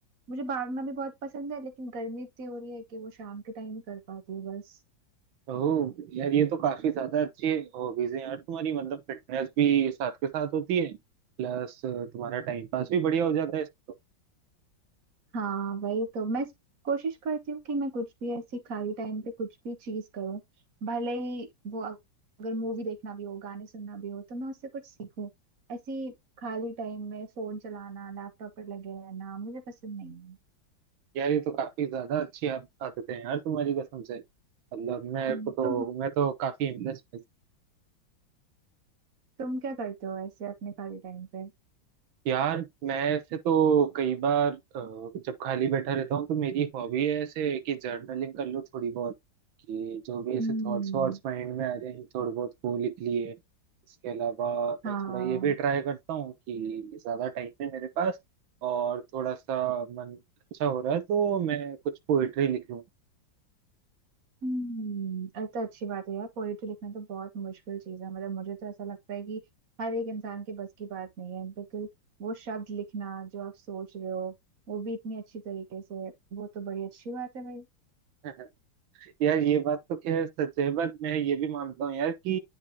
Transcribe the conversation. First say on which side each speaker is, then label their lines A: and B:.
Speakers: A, on the right; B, on the right.
A: मुझे भागना भी बहुत पसंद है लेकिन गर्मी इतनी हो रही है कि वो शाम के टाइम ही कर पाती हूँ बस
B: ओह यार ये तो काफी ज्यादा अच्छी हॉबीज है यार तुम्हारी मतलब फिटनेस भी साथ के साथ होती है प्लस तुम्हारा टाइम पास भी बढ़िया हो जाता है इससे तो
A: हाँ वही तो मैं कोशिश करती हूँ कि मैं कुछ भी ऐसी खाली टाइम पे कुछ भी चीज करूँ भले ही वो अग- अगर मूवी देखना भी हो गाने सुनना भी हो तो मैं उससे कुछ सीखूं ऐसी खाली टाइम में फोन चलाना लैपटॉप पर लगे रहना मुझे पसंद नहीं है
B: यार ये तो काफी ज्यादा अच्छी आद- आदतें हैं यार तुम्हारी कसम से मतलब मेरे
A: हम्म,
B: को तो
A: तुम
B: मैं तो काफी इम्प्रेस
A: तुम क्या करते हो ऐसे अपने खाली टाइम पे
B: यार मैं ऐसे तो कई बार अ, जब खाली बैठा रहता हूँ तो मेरी हॉबी है ऐसे कि जर्नलिंग कर लो थोड़ी बहुत कि जो भी ऐसे
A: हम्म
B: थॉट्स वॉट्स माइंड में आ रहे हैं थोड़े बहुत वो लिख लिए इसके अलावा
A: हाँ
B: मैं थोड़ा ये भी ट्राई करता हूँ कि ज़्यादा टाइम है मेरे पास और थोड़ा सा मन अच्छा हो रहा है तो मैं कुछ पोइट्री लिख लूँ
A: हम्म अरे तो अच्छी बात है यार पोएट्री लिखना तो बहुत मुश्किल चीज है मतलब मुझे तो ऐसा लगता है कि हर एक इंसान के बस की बात नहीं है बिल्कुल वो शब्द लिखना जो आप सोच रहे हो वो भी इतनी अच्छी तरीके से वो तो बड़ी अच्छी बात है भाई
B: <laughs> यार ये बात तो खैर सच है बट मैं ये भी मानता हूँ यार कि